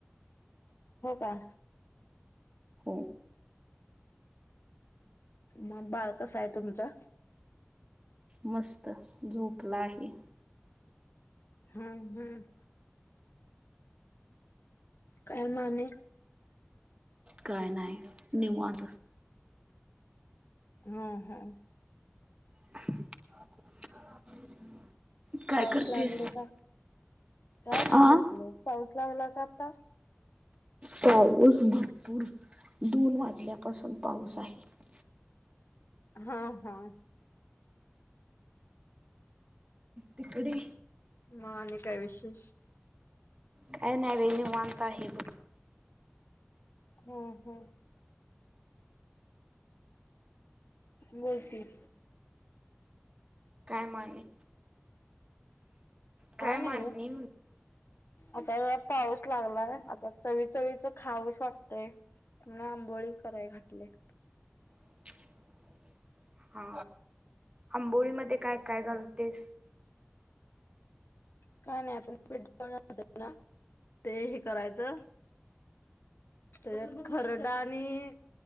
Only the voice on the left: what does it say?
हो का
मग बाळ कस आहे तुमचा
हम्म हम्म काय मामने
हम हा
पाऊस
लागले का का नाही
बसल पाऊस लागला का आता
हा हा
म आणि काय विशेष
हम्म हम् बोलतील
नाही
ग.
आता ज पाऊस लागलाय आता चवी चवीच खावस वाटतय तु आंबोळी कराय घातले
काय नाही आपण प ना ते हे करायचं तरत खरडा आणि